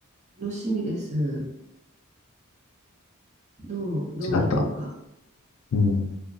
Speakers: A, on the right; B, on the left.
A: 楽しみです。どう、どうなるのか。
B: 違った。うん。